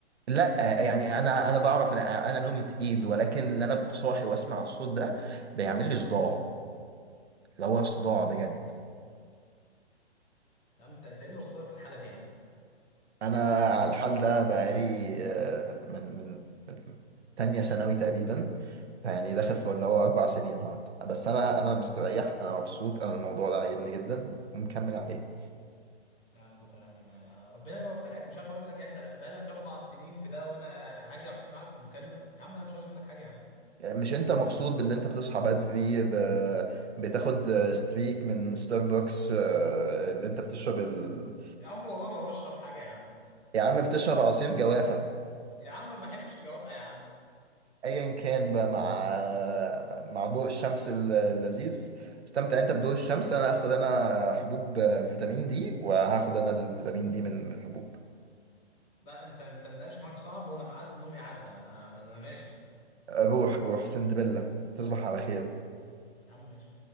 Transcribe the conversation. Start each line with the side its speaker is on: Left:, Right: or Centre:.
Right: لا يعني انا انا بعرف انا انا نومي تقيل ولكن اللي انا ابقى صاحي واسمع الصوت ده بيعمل لي صداع لو هو صداع بجد
Left: تمام انت انت ايه اللي وصلك للحالة دي يا عم
Right: انا على الحال ده بقالي آه، من من من تانية ثانوي تقريبا يعني داخل في اللي هو اربع سنين اهوت بس انا انا مستريح انا مبسوط انا الموضوع ده عاجبني جدا ومكمل عليه
Left: لا انت يعني ما ربنا يوفقك مش عارف اقول لك يعني انت بقالك اربع سنين في ده وانا هاجي اقنعك في مكالمه يا عم انا مش عاوز منك حاجه يا عم
Right: مش انت مبسوط باللي انت بتصحى بدري ب... بتاخد ستريك من ستاربكس آه، اللي انت بتشرب ال...
Left: يا عم والله ما بشرب حاجه يا عم
Right: يا عم بتشرب عصير جوافة
Left: يا عم ما بحبش الجوافه يا عم
Right: ايا كان بقى مع مع ضوء الشمس ال- اللذيذ استمتع انت بضوء الشمس انا هاخد انا حبوب فيتامين دي وهاخد انا الفيتامين دي من من الحبوب
Left: لا انت انت النقاش معاك صعب وانا ميعاد نومي عدى انا انا, أنا ماشي
Right: روح روح سندبيلا تصبح على خير
Left: يا عم ماشي